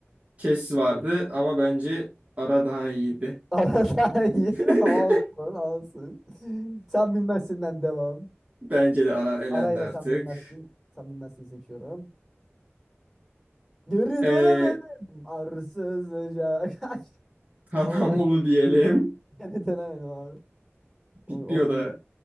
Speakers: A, on the right; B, in the centre.
A: kes vardı ama bence ara daha iyiydi.
B: Arada iyi.
A: <laughs>
B: <laughs> Olsun, olsun. Sen bilmezsinden devam.
A: Bence de ara elendi
B: Arayla
A: artık.
B: sen bilmezsin. Sen bilmezsin seçiyorum. Geri
A: Ee,
B: dönemedim. Arsız ocak. <laughs>
A: tamam
B: Onu ben
A: <laughs> onu diyelim.
B: geri dönemedim abi. Onu,
A: Bitmiyor
B: o iyi.
A: da